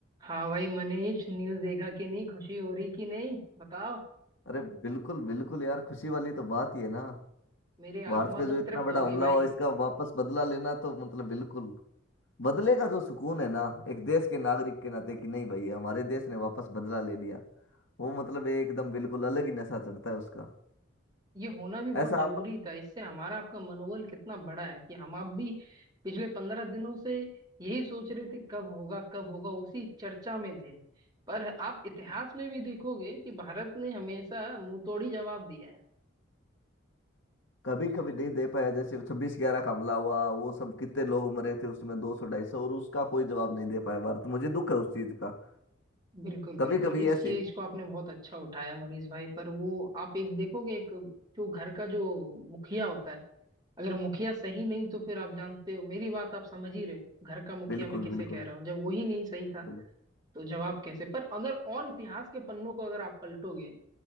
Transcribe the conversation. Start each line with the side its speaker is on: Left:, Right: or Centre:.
Right: हाँ भाई मनीष न्यूज़ देखा कि नहीं खुशी हो रही कि नहीं बताओ
Left: अरे बिल्कुल बिल्कुल यार खुशी वाली तो बात ही है ना
Right: मेरी आत्मा
Left: भारत पे जो
Right: तो तृप्त
Left: इतना बड़ा
Right: हो गई
Left: हमला
Right: भाई
Left: हुआ इसका वापस बदला लेना तो मतलब बिल्कुल बदले का जो सुकून है ना एक देश के नागरिक के नाते कि नहीं भाई हमारे देश ने वापस बदला ले लिया वो मतलब एकदम बिल्कुल अलग ही नशा चढ़ता है उसका
Right: ये होना भी बहुत
Left: ऐसा
Right: जरूरी
Left: आप
Right: था इससे हमारा आपका मनोबल कितना बड़ा है कि हम आप भी पिछले पंद्रह दिनों से यही सोच रहे थे कब होगा कब होगा उसी चर्चा में थे पर आप इतिहास में भी देखोगे कि भारत ने हमेशा मुंहतोड़ी जवाब दिया है
Left: कभी कभी नहीं दे पाया जैसे छब्बीस ग्यारह का हमला हुआ वो सब कितने लोग मरे थे उसमें दो सौ ढाई सौ और उसका कोई जवाब नहीं दे पाया भारत मुझे दुख है उस चीज का
Right: बिल्कुल बिल्कुल
Left: कभी कभी
Right: इस
Left: ऐसे
Right: चीज को आपने बहुत अच्छा उठाया मनीष भाई पर वो आप एक देखोगे एक जो घर का जो मुखिया होता है अगर मुखिया सही नहीं तो फिर आप जानते हो मेरी बात आप समझ ही रहे हो, घर का मुखिया
Left: बिल्कुल
Right: मैं किसे
Left: बिल्कुल
Right: कह रहा हूँ जब वही नहीं सही था
Left: बिल्कुल
Right: तो जवाब कैसे पर अगर और इतिहास के पन्नों को अगर आप पलटोगे